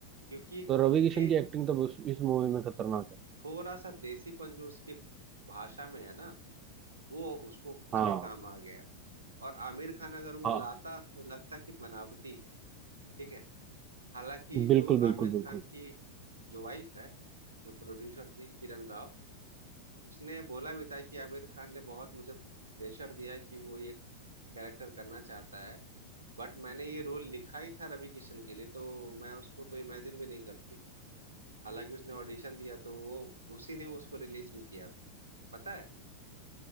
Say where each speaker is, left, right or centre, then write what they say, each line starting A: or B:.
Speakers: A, on the right (about 70°); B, on the right (about 30°).
A: क्योंकि
B: तो रवि
A: ये
B: किशन की एक्टिंग तो उस, इस मूवी में खतरनाक है
A: थोड़ा सा देसीपन जो उसके भाषा में है ना वो उसको उसके
B: हाँ
A: काम आ गया और आमिर खान अगर वो
B: हाँ
A: लाता तो लगता कि बनावटी है ठीक है हालांकि
B: बिल्कुल
A: जो
B: बिल्कुल
A: आमिर
B: बिल्कुल
A: खान की जो वाइफ है जो प्रोड्यूसर थी किरण राव उसने बोला भी था कि आमिर खान ने बहुत मुझे प्रेशर दिया कि वो ये कैरेक्टर करना चाहता है बट मैंने ये रोल लिखा ही था रवि किशन के लिए तो मैं उसको तो इमेजिन भी नहीं करती हालांकि उसने ऑडिशन दिया तो वो उसी ने वो उसको रिलीज भी किया था पता है